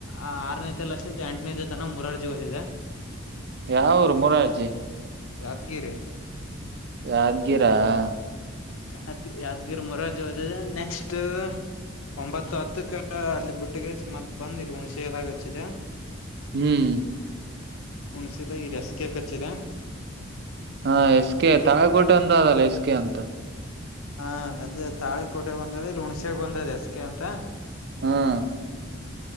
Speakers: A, on the left; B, on the right.
A: ಆರನೇತೆ ಲಕ್ಷ ಎಂಟನೇತೆತನ ಮೂರರ್ ಜಿ ಓದಿದೆ
B: ಯಾವರು ಮುರಾರ್ಜಿ <unintelligible>
A: ಯಾದ್ಗಿರಿ <unintelligible>
B: ಯಾದ್ಗೀರ <unintelligible>
A: ಅತ್ ಯಾದಗಿರ್ ಮರಾಜಿ ಹದದ ನೆಕ್ಸ್ಟ್ <unintelligible> ಒಂಬತ್ತು ಹತ್ತಕ್ಕ ಅಲ್ಲಿ ಬಿುಟ್ಟಿಗೆ ಮತ್ ಬಂದ್ ಇಲ್ ಹುಣಸೆದಾಗ ಹಚ್ಚಿದೆ <unintelligible>
B: ಹ್ಮ್ <unintelligible>
A: ಹುಣಸರ ಈ ರಸ್ಗೆ ಕಚ್ಚಿದೆ <unintelligible>
B: ಹಾ ಎಸ್ ಕೆ ತಾಳಕೋಟೆ ಒಂದ ಅಲ್ಲ ಎಸ್ ಕೆ ಅಂತ <unintelligible>
A: ಹಾ ಅದೇ ತಾಳಿ ಕೋಟೆ ಬಂದದ ಇಲ್ಲಿ ಹುಣ್ಸಾಗ ಬಂದದ ಎಸ್ಗೆ ಅಂತ <unintelligible>
B: ಹಾ <unintelligible>